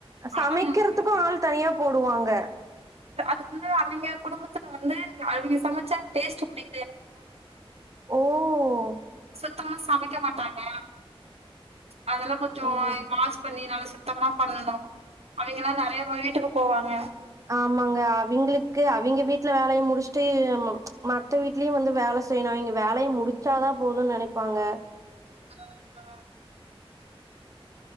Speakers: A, on the right; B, on the right.
A: சமைக்கிறதுக்கு
B: அவ்வளவுதாங்க அவங்க வேலை
A: ஆள் தனியாப் போடுவாங்க
B: அது வந்து அவிங்க குடும்பத்துல வந்து அவிங்க சமைச்சா டேஸ்ட் புடி
A: ஓ ஒ
B: த்தமா சமைக்க மாட்டாங்க அதெல்லா கொஞ்ச
A: ஓ
B: வாஷ் பண்ணி நல்லா சுத் சுத்தமா பண்ணணு அவிங்க எல்லா நெறைய வீட்டுக்கு போவாங்க
A: ஆமாங்க அவிங்களுக்கு அவிங்க வீட் வீட்ல வேலைய முடிச்சுட்டு மத்த வீட்டுலயும வந்து வேல செய்னு இங்க வேலைய முடிச்சாதா போதுனு நெனைப்பாங்க
B: ஆ ஆ